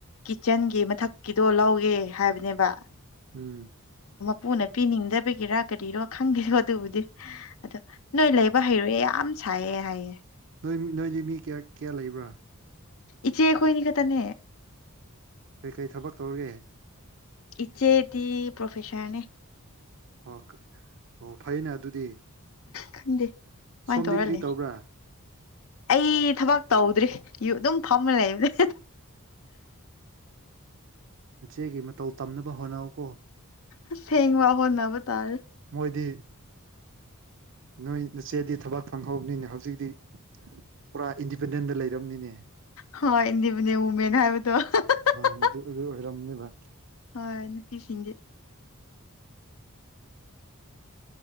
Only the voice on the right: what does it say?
ꯎꯝ
ꯅꯣꯏ ꯅꯣꯏꯗꯤ ꯃꯤ ꯀ꯭ꯌꯥ ꯀ꯭ꯌꯥ ꯂꯩꯕ꯭ꯔꯥ
ꯀꯩ ꯀꯩ ꯊꯕꯛ ꯇꯧꯔꯒꯦ
ꯑꯣ ꯑꯣ ꯐꯩꯅꯦ ꯑꯗꯨꯗꯤ
ꯁꯣꯝ
ꯗꯤ ꯀ꯭ꯔꯤ
ꯇꯧꯕ꯭ꯔꯥ
ꯅꯆꯦꯒꯤ ꯃꯇꯧ ꯇꯝꯅꯕ ꯍꯣꯠꯅꯧꯀꯣ
ꯃꯣꯏꯗꯤ ꯅꯣꯏ ꯅꯆꯦꯗꯤ ꯊꯕꯛ ꯐꯪꯍꯧꯕꯅꯤꯅ ꯍꯧꯖꯤꯛꯗꯤ ꯄꯨꯔꯥ ꯏꯟꯗꯤꯄꯦꯟꯗꯦꯟꯗ ꯂꯩ ꯔꯝꯅꯤꯅꯦ
ꯍꯣꯏ
ꯑꯗꯨ ꯑꯗꯨ ꯑꯣꯏꯔꯝꯅꯦꯕ